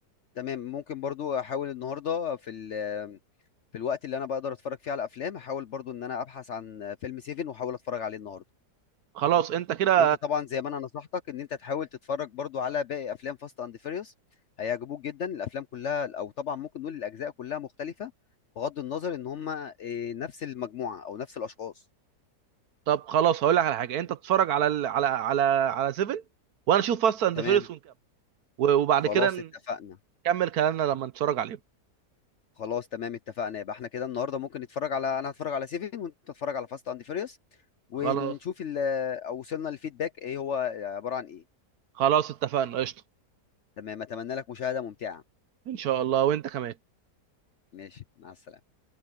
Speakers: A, on the left; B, on the right.
A: تمام ممكن برضو احاول النهارده في ال- في الوقت اللي انا بقدر اتفرج فيه على افلام احاول برضو ان انا ابحث عن فيلم سيفن واحاول اتفرج عليه النهارده
B: خلاص انت كده
A: وانت طبعا زي ما انا نصحتك ان انت تحاول تتفرج برضو على باقي افلام فاست اند فيريوس هيعجبوك جدا الافلام كلها او طبعا ممكن نقول الاجزاء كلها مختلفه بغض النظر ان هم آه، نفس المجموعه او نفس الاشخاص
B: طب خلاص هقول لك على حاجه انت تتفرج على ال... على على على 7 وانا اشوف فاست اند
A: تمام
B: فيرس ونكمل و- وبعد
A: خلاص
B: كده
A: اتفقنا
B: نكمل كلامنا لما نتفرج عليهم
A: خلاص تمام اتفقنا يبقى احنا كده النهارده ممكن نتفرج على انا هتفرج على سيفن وانت تتفرج على فاست اند فيريوس ونشوف
B: خلاص
A: ال... او وصلنا للفيدباك ايه هو عباره عن ايه
B: خلاص اتفقنا قشطه
A: تمام اتمنى لك مشاهده ممتعه
B: ان شاء الله وانت كمان
A: ماشي مع السلامه